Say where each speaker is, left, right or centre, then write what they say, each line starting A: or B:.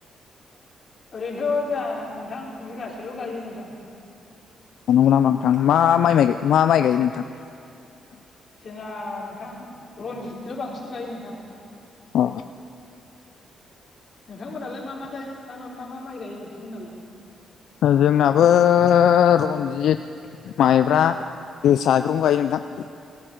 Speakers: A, on the left; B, on the left.
A: ओरैनोथ' जोहा नोंथां बिगासेल' गायो नोंथां।
B: अ नांगौ नामा नोंथां। मा माइ-माइ मा माइ गायो नोंथां?
A: जोंहा नोंथां रनजितल' बांसिन गायो नोंथां।
B: अ।
A: नोंथांमोनालाय मा-मा गाय मा-मा माइ गायो नोंथांमोनालाय?
B: जोंनाबो रनजित। माइब्रा जोसा बेफोरखौनो गायो नोंथां।